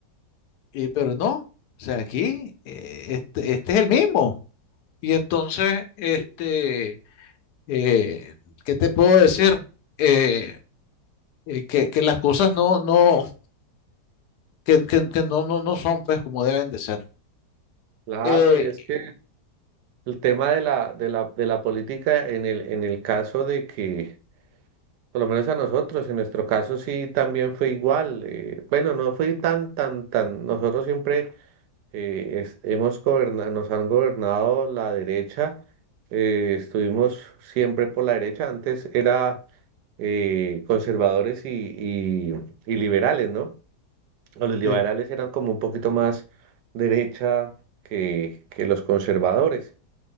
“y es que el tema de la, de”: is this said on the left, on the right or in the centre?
Right